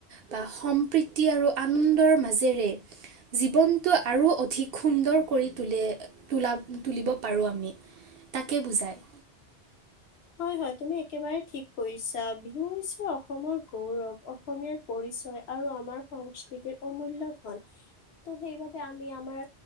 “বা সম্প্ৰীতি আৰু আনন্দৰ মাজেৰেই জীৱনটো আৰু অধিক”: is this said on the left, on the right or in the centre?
Right